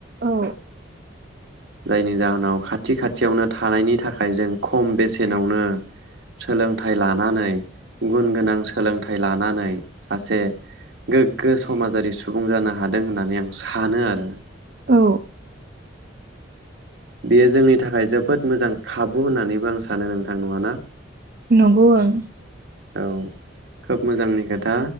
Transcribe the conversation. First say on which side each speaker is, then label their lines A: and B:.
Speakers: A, on the right (about 50°); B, on the right (about 75°).
A: औ।
B: जायनि जाहोनाव खाथि खाथियावनो थानायनि थाखाय जों खम बेसेनावनो सोलोंथाइ लानानै गुन गोनां सोलोंथाइ <unintelligible> लानानै सासे गोग्गो समाजारि सुबुं जानो हादों होननानै आं सानो आरो।
A: औ।
B: बेयो जोंनि थाखाय जोबोद मोजां खाबु होननानैबो आं सानो नोंथां नङाना?
A: नंगौ ओं।
B: औ खोब मोजांनि खोथा